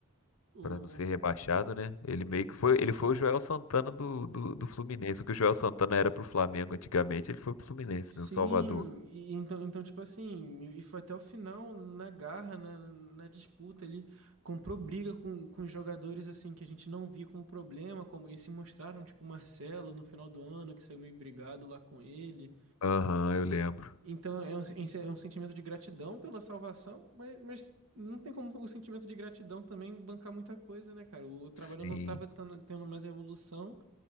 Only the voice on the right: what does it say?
O,
Sim,
e- então, então, tipo assim, e foi até o final na garra, na, na disputa ali, comprou briga com, com os jogadores, assim, que a gente não via como problema, como, e se mostraram, tipo, o Marcelo no final do ano, que saiu meio brigado lá com ele.
Então, é um, é um sentimento de gratidão pela salvação, mas, mas não tem como o sentimento de gratidão também bancar muita coisa, né, cara? O trabalho
não tava tendo, tendo mais evolução,